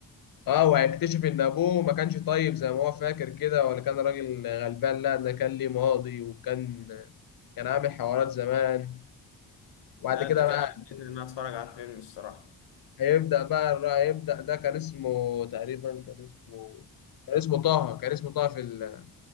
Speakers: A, on the left; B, on the left.
A: اه وهيكتشف ان ابوه ما كانش طيب زي ما هو فاكر كده ولا كان راجل غلبان لا ده كان ليه ماضي وكان كان عامل حوارات زمان وبعد
B: لا
A: كده
B: انت
A: بقى
B: كده شدتني ان انا اتفرج على الفيلم الصراحة
A: هيبدأ بقى الر- هيبدأ ده كان اسمه تقريبا كان اسمه كان اسمه طه كان اسمه طه في ال-